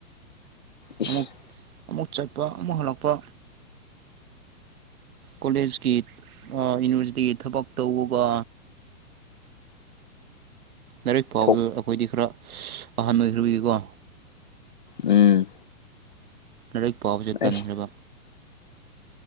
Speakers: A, on the left; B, on the right.
A: ꯏꯁ
B: ꯑꯃꯨꯛ ꯑꯃꯨꯛ ꯆꯠꯄ ꯑꯃꯨꯛ ꯍꯜꯂꯛꯄ ꯀꯣꯂꯦꯖꯀꯤ ꯑ ꯌꯨꯅꯤꯚꯔꯁꯤꯇꯤꯒꯤ ꯊꯕꯛ ꯇꯧꯕꯒ ꯂꯥꯏꯔꯤꯛ ꯄꯥꯕꯗꯣ
A: ꯊꯣꯛ
B: ꯑꯩꯈꯣꯏꯗꯤ ꯈꯔ ꯑꯍꯟ ꯑꯣꯏ ꯈꯔꯕꯒꯤ ꯀꯣ
A: ꯎꯝ
B: ꯂꯥꯏꯔꯤꯛ ꯄꯥꯎꯕꯁꯦ
A: ꯑꯩꯁ
B: ꯇꯥꯟꯈ꯭ꯔꯕ